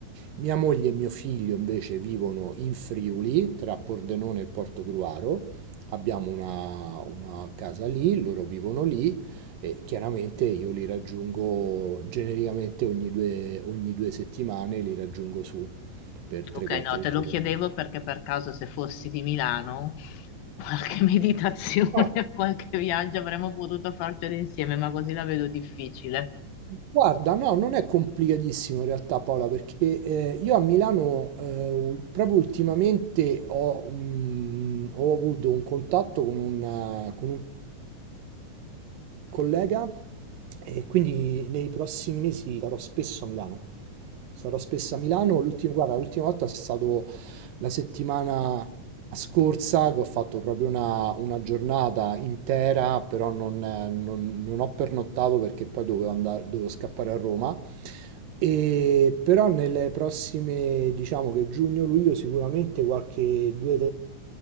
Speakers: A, on the right; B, on the left.
A: Mia moglie e mio figlio invece vivono in Friuli, tra Pordenone e Portogruaro. Abbiamo una, una casa lì, loro vivono lì e chiaramente io li raggiungo genericamente ogni due, ogni due settimane, li raggiungo su per 3-4
B: Ok, no, te
A: giorni.
B: lo chiedevo perché per caso se fossi di Milano, qualche <laughs> meditazione,
A: Ah,
B: qualche viaggio avremmo potuto farcelo insieme, ma così la vedo difficile.
A: guarda, no, non è complicatissimo in realtà Paola, perché eh, io a Milano eh, ul- proprio ultimamente ho, mm, ho avuto un contatto con un, eh, con un collega e quindi nei prossimi mesi sarò spesso a Milano. Sarò spesso a Milano. L'ultimo, guarda, l'ultima volta è stato la settimana scorsa che ho fatto proprio una, una giornata intera, però non, eh, non- non ho pernottato perché poi dovevo andare, dovevo scappare a Roma. E però nelle prossime, diciamo che giugno-luglio sicuramente qualche due o